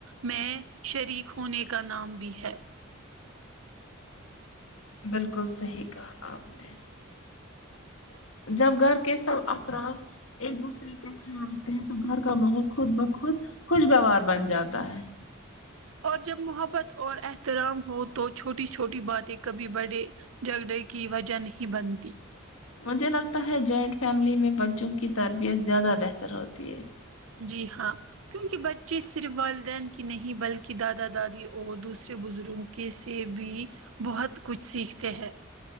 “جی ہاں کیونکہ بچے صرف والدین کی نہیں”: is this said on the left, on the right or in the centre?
Right